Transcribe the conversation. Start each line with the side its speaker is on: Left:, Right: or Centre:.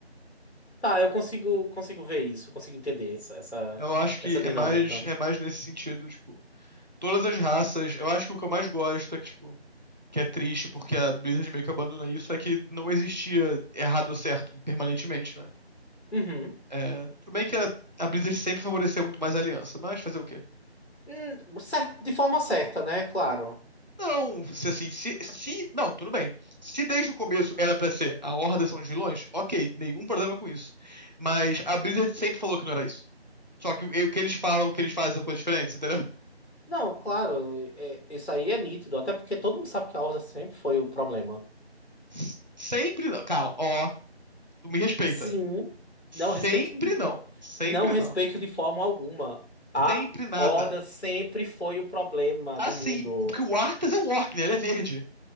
Left: Tá, eu consigo, consigo ver isso, consigo entender essa, essa,
Right: Eu acho que
Left: essa dinâmica.
Right: é mais, é mais nesse sentido, tipo, todas as raças, eu acho que o que eu mais gosto é que, tipo, que é triste porque a Blizzard meio que abandona isso, é que não existia errado ou certo permanentemente, né?
Left: Uhum.
Right: É, tudo bem que a, a Blizzard sempre favoreceu muito mais a aliança, mas fazer o quê?
Left: Hum, cer- De forma certa, né? Claro.
Right: Não, se assim, se, se. Não, tudo bem. Se desde o começo era pra ser a Horda são os vilões, ok, nenhum problema com isso. Mas a Blizzard sempre falou que não era isso. Só que o o que eles falam, o que eles fazem são coisas diferentes, entendeu?
Left: Não, claro, é- isso aí é nítido, até porque todo mundo sabe que a Horda sempre foi o problema.
Right: S- Sempre não. Calma, ó, tu me respeita.
Left: Sim,
Right: Sempre
Left: não respeito,
Right: não. Sempre
Left: não respeito
Right: não.
Left: de forma alguma. A
Right: Sempre nada.
Left: Horda sempre foi o problema
Right: Assim,
Left: do mundo.
Right: o- porque o Arthas é um orc, né? Ele é verde.